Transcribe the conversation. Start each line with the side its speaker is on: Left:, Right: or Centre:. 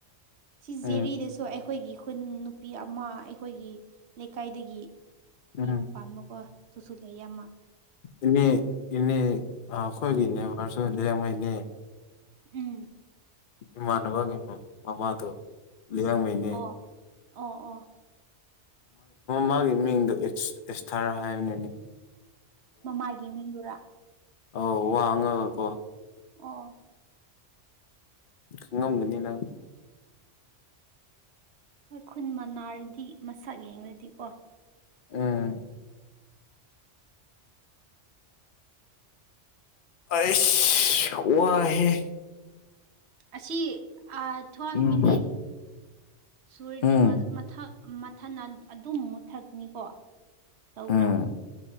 Right: ꯁꯤ
Left: ꯎꯝ
Right: ꯖꯤꯔꯤꯗꯁꯨ ꯑꯩꯈꯣꯏꯒꯤ ꯈꯨꯟ ꯅꯨꯄꯤ ꯑꯃ ꯑꯩꯈꯣꯏꯒꯤ ꯂꯩꯀꯥꯏꯗꯒꯤ
Left: ꯎꯝ
Right: ꯃꯌꯨꯝ ꯄꯥꯟꯕꯀꯣ ꯑꯗꯨꯨꯁꯨ ꯂꯩꯌꯦ ꯑꯃ
Left: ꯏꯅꯦ ꯏꯅꯦ ꯑꯈꯣꯏꯒꯤꯅꯦ ꯃꯔꯔꯁꯨ ꯂꯩꯉꯣꯏꯅꯦ
Right: ꯎꯝ
Left: ꯏꯃꯥꯟꯅꯕꯒꯤ ꯃꯃꯥꯗꯣ ꯂꯩꯌꯥꯡꯉꯩꯅꯤ
Right: ꯑꯣ ꯑꯣ ꯑꯣ
Left: ꯃꯥꯒꯤ ꯃꯤꯡꯗꯣ ꯑꯦꯁꯊꯥꯔ ꯍꯥꯏꯕꯅꯤꯅꯤ
Right: ꯃꯃꯥꯏꯒꯤ ꯃꯤꯡꯗꯨꯔꯥ
Left: ꯑꯣ ꯋꯥꯡꯉꯒꯀꯣ
Right: ꯑꯣ
Left: ꯈꯡꯉꯝꯒꯅꯤ ꯅꯪ
Right: ꯑꯩ ꯈꯨꯟ ꯃꯅꯥꯔꯗꯤ ꯃꯁꯛ ꯌꯦꯡꯂꯡꯗꯤꯀꯣ
Left: ꯑꯝ ꯑꯩꯁ ꯋꯥꯢ ꯍꯦ
Right: ꯑꯁꯤ ꯊꯐ
Left: ꯎꯝ
Right: ꯃꯤꯅꯤꯠ ꯁꯨꯔꯗꯤ
Left: ꯎꯝ
Right: ꯃꯊꯛ ꯃꯊꯟ ꯑꯗꯨꯝ ꯃꯨꯠꯊꯠꯅꯤꯀꯣ ꯇꯧꯕ꯭ꯔꯥ
Left: ꯎꯝ